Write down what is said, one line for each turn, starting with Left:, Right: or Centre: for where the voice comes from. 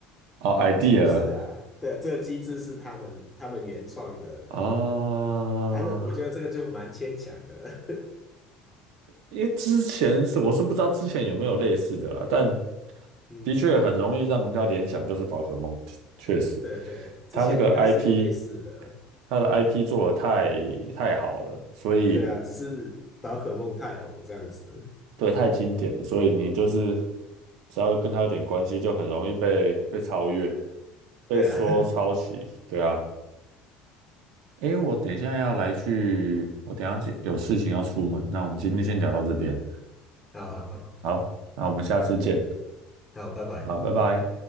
Right: 哦，idea
Left: 机制啊，对，这个机制是他们他们原创的，
Right: 啊，哦
Left: 啊，那我觉得这个就蛮牵强的。
Right: 因为之前是我是不知道之前有没有类似的啦，但
Left: <laughs> 嗯，
Right: 的确很容易让人家联想就是宝可梦，确实，
Left: 对对，之前应该是有类似的，
Right: 它那个 IP，它的 IP 做的太太好了，所以
Left: 对啊，只是宝可梦太红这样子，
Right: 对太经典了，所以你就是只要跟它有点关系，就很容易被被超越，被说抄袭，
Left: 对啊，
Right: 对啊。诶，我等一下要来去，我等一下去有事情要出门，那我们今天先聊到这边，
Left: <laughs> 好好好，
Right: 好，那我们下次见，
Left: 好，拜拜。
Right: 好，拜拜。